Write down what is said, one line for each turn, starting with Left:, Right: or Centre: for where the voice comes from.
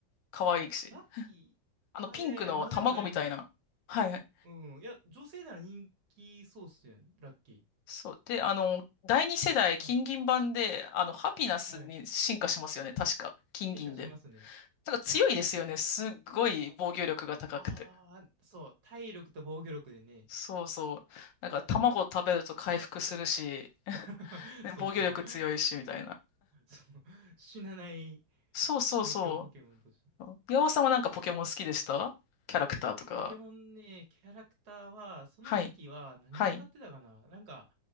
Left: 可愛いし。
Right: あ、ラッキー。
Left: あのピンクの卵みたいな。
Right: あ、えー、なぜも何も。
Left: はいはい。
Right: うん。いや、女性なら人気そうっすよね、ラッキ
Left: そう。で、あの、第二世代金銀版で、
Right: ー。はい。
Left: あの、ハピナスに進化しますよね。
Right: はい。
Left: 確か。金銀で。
Right: 進化しますね。
Left: だから強いですよね。
Right: はい。
Left: すっごい防御力が高くて。
Right: ああ、そう。体力と防御力でね。
Left: そうそう。なんか卵を食べると回復するし、
Right: <laughs>
Left: <laughs> ね、
Right: そうそう。
Left: 防御力強いし、みたいな。
Right: そう。死なない。
Left: そうそうそ
Right: 最強ポケモンとして。
Left: う。岩尾さんはなんかポケモン好きでしたキャラクターとか。
Right: ポケモンね、キャラクターは、その時は何使ってたかななんか、
Left: はい。はい。